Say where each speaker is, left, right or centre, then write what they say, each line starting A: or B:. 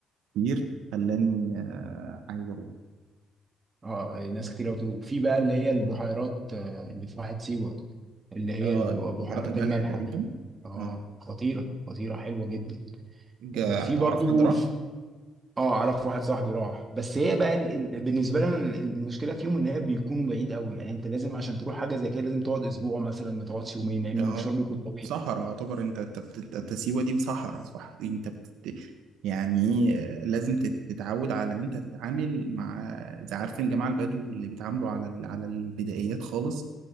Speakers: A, on the right (about 85°); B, on the right (about 25°).
A: كتير خلاني آه عايز أروح
B: اه ناس
A: آه
B: كتير قوي وفي بقى اللي هي البحيرات آه، اللي في واحد سيوه اللي هي
A: آه،
B: الب- بحيرات
A: بهارات الملح
B: الملح
A: تقريبا
B: دي اه
A: آه
B: خطيره خطيره حلوه جدا
A: جا-
B: وفي
A: تعرف
B: برضو
A: حد راح؟
B: الف... اه اعرف واحد صاحبي راح بس هي بقى ال... ال- بالنسبه لنا ال- المشكله فيهم ان هي بيكونوا بعيد قوي يعني انت لازم عشان تروح حاجه زي كده لازم تقعد اسبوع مثلا ما تقعدش يومين لان
A: اه
B: المشوار بيكون طويل
A: صحراء يعتبر انت انت بت- انت أنت سيوة دي صحراء صح دي انت بتت... يعني ايه آه، لازم تت- تتعود على ان انت تتعامل مع زي عارفين جماعة البدو اللي بيتعاملوا على ال... على البدائيات خالص